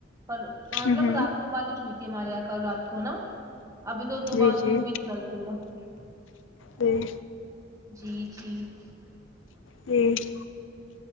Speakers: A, on the right; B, on the left.
A: پر مطلب
B: ہوں ہوں
A: رات کو بع ہی چوئی <unintelligible> ہمارے یہاں کل رات کو نا <unintelligible> ابھی تو دباں
B: جی جی
A: دھوپ ہی نکل رہی ہے <unintelligible>
B: جی
A: جی جی <unintelligible>
B: ہوں <unintelligible>